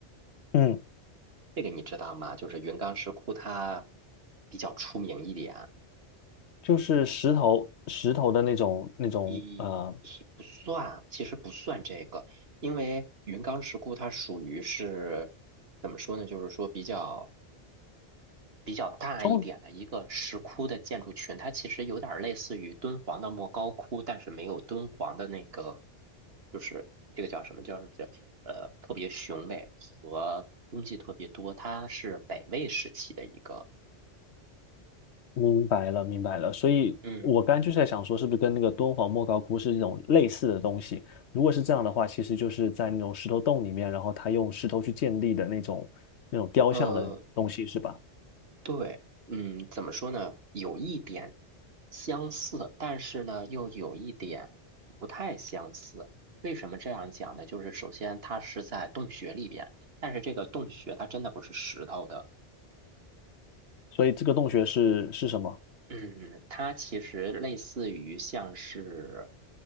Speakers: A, on the left (about 70°); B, on the right (about 60°).
A: 嗯，
B: 这个你知道吗？就是云冈石窟它比较出名一点。
A: 就是石头石头的那种那种呃。
B: 一一不算，其实不算这个，因为云冈石窟它属于是怎么说呢？就是说比较比较大一点的一个石窟的建筑群，
A: 中
B: 它其实有点儿类似于敦煌的莫高窟，但是没有敦煌的那个，就是这个叫什么叫叫呃特别雄伟和东西特别多，它是北魏时期的一个，
A: 明白了，明白了。所以我刚刚就是在想说，
B: 嗯。
A: 是不是跟那个敦煌莫高窟是这种类似的东西？如果是这样的话，其实就是在那种石头洞里面，然后他用石头去建立的那种那种雕像的东西，
B: 呃。
A: 是吧？
B: 对，嗯，怎么说呢？有一点相似，但是呢，又有一点不太相似。为什么这样讲呢？就是首先它是在洞穴里边，但是这个洞穴它真的不是石头的。
A: 所以这个洞穴是是什么？
B: 嗯，它其实类似于像是，